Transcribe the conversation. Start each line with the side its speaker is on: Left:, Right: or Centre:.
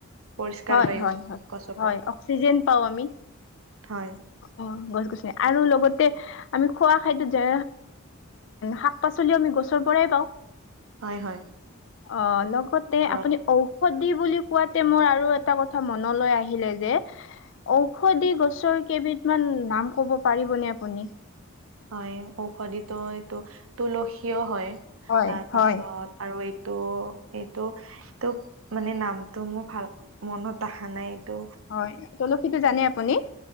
Right: পৰিষ্কাৰ
Left: হয়
Right: বায়ু
Left: হয়
Right: গছৰ
Left: হয়
Right: পৰা
Left: অক্সিজেন পাওঁ আমি
Right: হয়
Left: অ গছ গ আৰু লগতে আমি খোৱা খাদ্ওৈত যে শাক পাচলিও আমি গছৰ পৰাই পাওঁ
Right: হয় হয়
Left: অ লগতে
Right: ধৰক
Left: আপুনি ঔষধি বুলি কোৱাতে মই আৰু এটা কথা মনলৈ আহিলে যে ঔষধি গছৰ কেইবিধমান নাম ক'ব পাৰিবনে আপুনি
Right: হয় ঔষধিতো এইটো তুলসীও হয়
Left: হয়
Right: তাৰ
Left: হয়
Right: পাছত আৰু এইটো, এইটো, এইটো মানে নামটো মোৰ ভাল মনত অহা নাই। অ
Left: হয় তুলসীটো জানে আপুনি